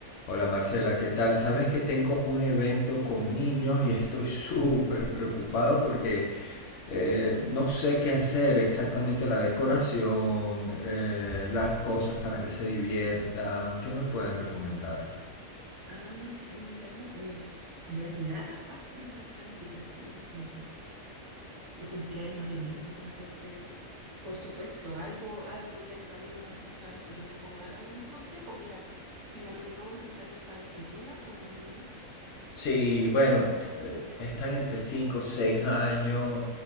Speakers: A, on the left; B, on the right.
A: Hola Marcela, ¿qué tal? Sabes que tengo un evento con niños y estoy súper preocupado porque eh, no sé qué hacer exactamente la decoración, eh, las cosas para que se diviertan. ¿Qué me puedes recomendar?
B: Ah, sí, mira, es, no es nada fácil una planificación de, de cumpleaños de niños, entonces, por supuesto, algo, algo ya he sabido respecto a eso, yo te puedo dar algunos consejos. Mira, primero que todo me gustaría saber de qué edad son los niños.
A: Sí, bueno, eh, están entre 5, 6 años,